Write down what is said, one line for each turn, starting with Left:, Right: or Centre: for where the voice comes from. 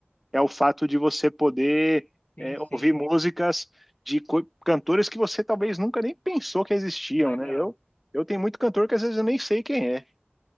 Centre: é o fato de você poder
Left: Sim,
Centre: é,
Left: sim.
Centre: ouvir músicas de co- cantores que você talvez nunca nem pensou que existiam,
Left: Legal.
Centre: né? Eu, eu tenho muito cantor que às vezes eu nem sei quem é.